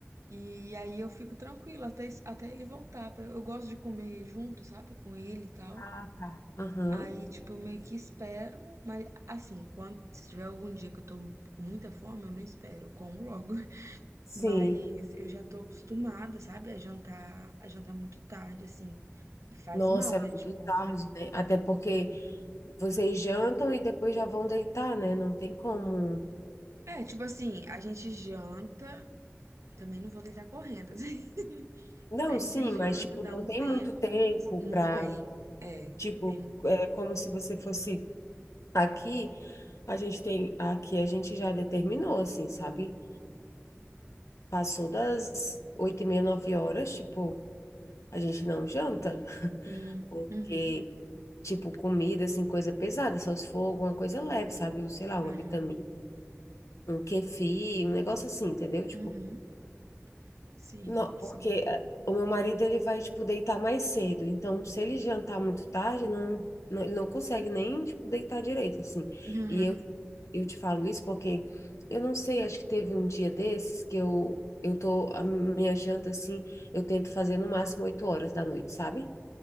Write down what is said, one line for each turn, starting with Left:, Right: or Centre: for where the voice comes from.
Right: E aí eu fico tranquila até, es- até ele voltar. Pra, eu gosto de comer junto, sabe? Com ele e tal.
Left: Ah, tá. aham.
Right: Aí, tipo, eu meio que espero. Mas, assim, quando, se tiver algum dia que eu tô com muita fome, eu não espero, eu como logo.
Left: Sim.
Right: Mas eu já tô acostumada, sabe, a jantar, a jantar muito tarde, assim. E faz
Left: Nossa,
Right: mal,
Left: é muito
Right: né? Tipo.
Left: tarde, né? Até porque vocês jantam e depois já vão deitar, né? Não tem como.
Right: É, tipo assim, a gente janta. Também não vou deitar correndo, <laughs> assim.
Left: Não,
Right: A gente
Left: sim,
Right: janta,
Left: mas, tipo,
Right: dá
Left: não
Right: um
Left: tem
Right: tempo.
Left: muito tempo
Right: Não
Left: para
Right: tem. É,
Left: Tipo,
Right: não tem.
Left: é como se você fosse aqui. A gente tem. Aqui a gente já determinou, assim, sabe? Passou das oito e meia, nove horas, tipo, a gente não janta,
Right: Hum,
Left: porque,
Right: uhum,
Left: tipo, comida, assim, coisa pesada, só se for alguma coisa leve, sabe? Um, Sei lá,
Right: aham,
Left: uma vitamina, um kefir, um negócio assim, entendeu? Tipo,
Right: uhum, sim,
Left: não,
Right: sim.
Left: porque eh, o meu marido, ele vai, tipo, deitar mais cedo, então, se ele jantar muito tarde, não, não, ele não consegue nem, tipo, deitar direito, assim.
Right: Aham,
Left: E eu te falo isso porque eu não sei, acho que teve um dia desses que eu, eu tô, a minha janta assim, eu tento fazer no máximo 8 horas da noite, sabe?